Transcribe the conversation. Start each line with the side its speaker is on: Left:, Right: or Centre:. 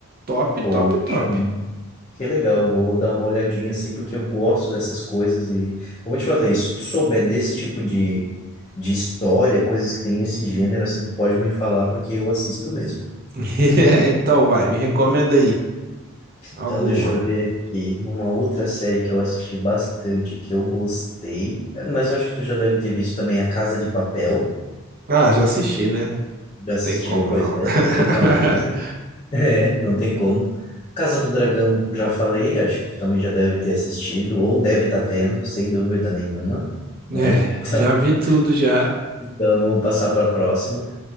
Right: Top,
Left: Poxa,
Right: top, top.
Left: que legal. Vou dar uma olhadinha assim, porque eu gosto dessas coisas. E, como eu te falei, se tu souber desse tipo de, de história, coisas que tem esse gênero, assim, tu pode me falar, porque eu assisto mesmo.
Right: <laughs> Então vai, me recomenda aí alguma.
Left: Então, deixa eu ver aqui. Uma outra série que eu assisti bastante, que eu gostei, mas eu acho que tu já deve ter visto também A Casa de Papel.
Right: Ah, já assisti, né?
Left: Já assistiu,
Right: Tem como
Left: pois
Right: não.
Left: é, bem famosa.
Right: <laughs>
Left: <laughs> É, não tem como. Casa do Dragão, já falei, acho que tu também já deve ter assistido, ou deve estar vendo, sem dúvida nenhuma,
Right: É,
Left: né? <laughs>
Right: já vi tudo já.
Left: Então, vamos passar para a próxima.